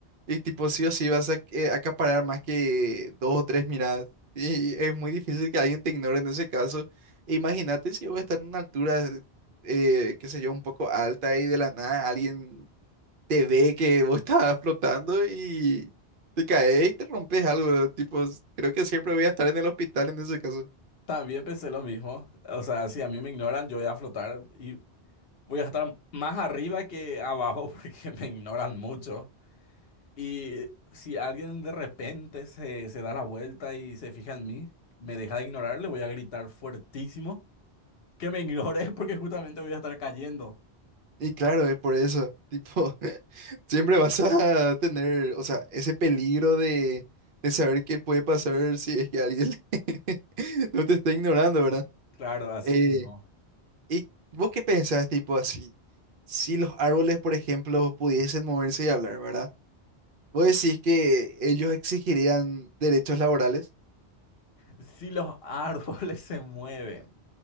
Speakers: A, on the right; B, on the left.
A: Y tipo, sí o sí vas a que- acaparar más que dos o tres miradas. Y es muy difícil que alguien te ignore en ese caso. Imagínate si yo voy a estar en una altura, eh, qué sé yo, un poco alta y de la nada alguien te ve que vos estás flotando y te caes y te rompes algo, ¿verdad? Tipo, creo que siempre voy a estar en el hospital en ese caso.
B: también pensé lo mismo. O sea, si a mí me ignoran, yo voy a flotar y voy a estar más arriba que abajo <laughs> porque me ignoran mucho. Y si alguien de repente se, se da la vuelta y se fija en mí, me deja de ignorar, le voy a gritar fuertísimo que me ignore <laughs> porque justamente voy a estar cayendo.
A: Y claro, es por eso, tipo, <laughs> siempre vas a tener, o sea, ese peligro de, de saber qué puede pasar si es que alguien <laughs> no te está ignorando, ¿verdad?
B: Claro, así
A: Eh,
B: mismo.
A: ¿y vos qué pensás, tipo, así? Si los árboles, por ejemplo, pudiesen moverse y hablar, ¿verdad? ¿Vos decís que ellos exigirían derechos laborales?
B: Si los árboles se mueven,